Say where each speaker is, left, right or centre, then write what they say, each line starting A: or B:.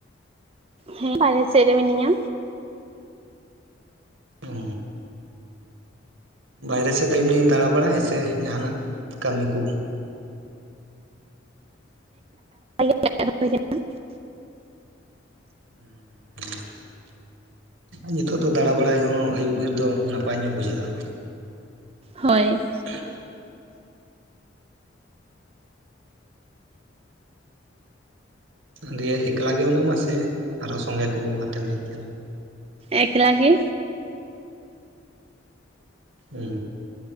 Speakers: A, on the right; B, on the right.
A: ᱦᱮᱸ ᱵᱟᱦᱨᱮ ᱥᱮᱜ ᱨᱮ ᱢᱤᱱᱤᱧᱟ
B: ᱚ ᱵᱟᱭᱨᱮ ᱥᱮᱫ ᱫᱚ ᱮᱢᱱᱤ ᱫᱟᱬᱟ ᱵᱟᱲᱟᱭ ᱥᱮ ᱡᱟᱦᱟᱱᱟᱜ ᱠᱟᱹᱢᱤ ᱠᱩ
A: <unintelligible>
B: <inaudible> ᱧᱤᱛᱚᱜ ᱫᱚ ᱫᱟᱬᱟ ᱵᱟᱲᱟᱭ ᱦᱚᱸ ᱟᱹᱭᱩᱵ ᱵᱤᱨ ᱫᱚ ᱱᱟᱯᱟᱭ ᱧᱚᱜ ᱵᱩᱡᱷᱟᱹᱜᱼᱟ
A: ᱦᱳᱭ
B: <inaudible> ᱫᱤᱭᱮ ᱮᱠᱞᱟ ᱜᱮ ᱢᱮᱱᱟᱢᱟ ᱥᱮ ᱟᱨ ᱦᱚᱸ ᱥᱚᱸᱜᱮ ᱠᱩ ᱟᱛᱮᱢ ᱦᱮᱡ ᱠᱟᱱᱟ
A: ᱮᱠᱞᱟ ᱜᱮ
B: ᱩᱸ